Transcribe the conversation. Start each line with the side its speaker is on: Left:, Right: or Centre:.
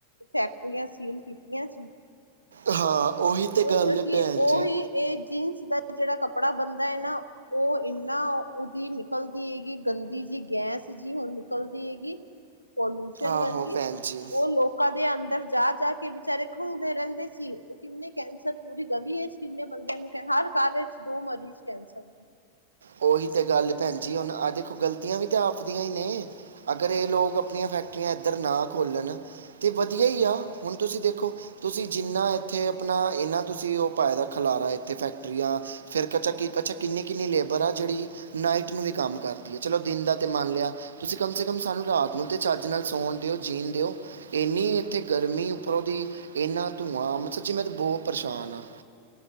Left: ਫੈਕਟਰੀਆਂ ਸੀਲ ਕੀਤੀਆਂ ਜੇ
Right: ਹਾਂ। ਉਹੀ ਤੇ
Left: ਕਿਉ
Right: ਗੱਲ
Left: ਕਿਉਂਕਿ
Right: ਹੈ ਭੈਣ
Left: ਉਹਹੀ
Right: ਜੀ
Left: ਏ ਜੀਨਸ ਦਾ ਜਿਹੜਾ ਕਪੜਾ ਬਣਦਾ ਹੈ ਨਾ, ਉਹ ਇੰਨਾ ਓਦੀ ਨਿਕਲਦੀ ਹੈਗੀ ਗੰਦੀ ਗੈਸ ਜੀ, ਹੁਣ ਨਿਕਲਦੀ ਹੈਗੀ। ਪੋਲਿਊਸ਼ਨ
Right: ਆਹੋ
Left: ਵਰਗੀ
Right: ਭੈਣ ਜੀ
Left: ਉਹ ਲੋਕਾਂ ਦੇ ਅੰਦਰ ਜਾ ਜਾ ਕੇ ਵਿਚਾਰੇ ਖੁਲਦੇ ਰਹਿੰਦੇ ਸੀ ਉਹ ਕਿੰਨੇ ਕੈਂਸਰ, ਪੂਰੀ ਗਲ਼ੀ ਵਿਚ ਕਿੰਨੇ ਬੰਦਿਆ ਨੂੰ, ਕ ਹਰ ਘਰ ਵਿੱਚ ਦੋ ਮਰੀਜ ਕੈਂਸਰ ਦੇ।
Right: ਉਹੀ ਤੇ ਗੱਲ ਐ ਭੈਣ ਜੀ, ਹੁਣ ਆਹ ਦੇਖੋ, ਗ਼ਲਤੀਆਂ ਵੀ ਤਾਂ ਆਪਦੀਆਂ ਹੀ ਨੇ। ਅਗਰ ਇਹ ਲੋਕ ਆਪਣੀਆਂ ਫੈਕਟਰੀਆਂ ਇੱਧਰ ਨਾ ਖੋੱਲਣ। ਤੇ ਵਧੀਆ ਹੀ ਆ। ਹੁਣ ਤੁਸੀਂ ਦੇਖੋ, ਤੁਸੀਂ ਜਿੰਨਾ ਇੱਥੇ ਆਪਣਾ, ਇਨਾ ਤੁਸੀਂ ਉਹ ਪਏ ਦਾ ਖਲ ਇੱਥੇ ਫੈਕਟਰੀਆਂ ਫੇਰ ਕੱਚਾ ਕਿ ਕੱਚਾ, ਕਿੰਨੀ ਕਿੰਨੀ <unintelligible> ਬਰਾ ਜਿਹੜੀ ਨਾਈਟ ਨੂੰ ਵੀ ਕੰਮ ਕਰਦੀ ਐ। ਚਲੋ ਦਿਨ ਦਾ ਤੇ ਮੰਨ ਲਿਆ, ਤੁਸੀਂ ਕਮ ਸੇ ਕਮ ਸਾਨੂੰ ਰਾਤ ਨੂੰ ਤਾਂ ਛ ਚੱਜ ਨਾਲ ਸੌਣ ਦਿਓ, ਜੀਣ ਦਿਓ। ਇੰਨੀ ਇੱਥੇ ਗਰਮੀ, ਉੱਪਰੋਂ ਦੀ ਇੰਨਾ ਧੂੰਆਂ ਮੈਂ ਬੋਹ ਪਰੇਸ਼ਾਨ ਆ।